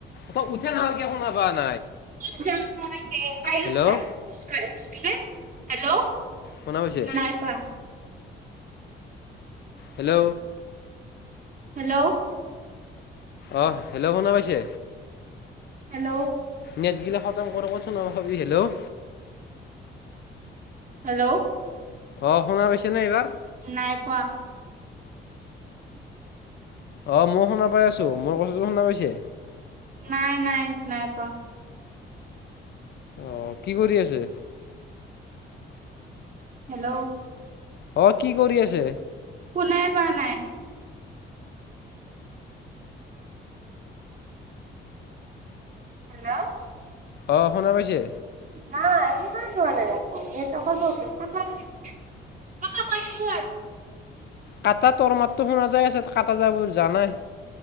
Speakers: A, on the left; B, on the right.
A: তই উঠে নাহ কিয় শুনা পাৱা না
B: <unintelligible>
A: হেল্ল'
B: হেল্ল'।
A: শুনা পাইছে?
B: নাই পোৱা
A: হেল্ল'।
B: হেল্ল'।
A: অ', হেল্ল' শুনা পাইছে?
B: হেল্ল'।
A: নেটগিলা খতম কৰ <unintelligible> হেল্ল'।
B: হেল্ল'।
A: অ', শুনা পাইছেনে এইবাৰ?
B: নাই পোৱা।
A: অ', মই শুনা পাই আছোঁ। মোৰ কথাটো শুনা পাইছে?
B: নাই নাই, নাই পোৱা।
A: অ', কি কৰি আছে?
B: হেল্ল'।
A: অ', কি কৰি আছে?
B: শুনাই পোৱা নাই। হেল্ল'।
A: অ', শুনা পাইছে?
B: নাই, একো শুনাই পোৱা নাই দেখোন, নেটৱৰ্কৰ প্ৰব্লেম, কাটাই গৈছে। <unintelligible>
A: কাটা তৰ মাতটো, শুনা যায় আছে, কাঁটা যাবোৰ জানাই।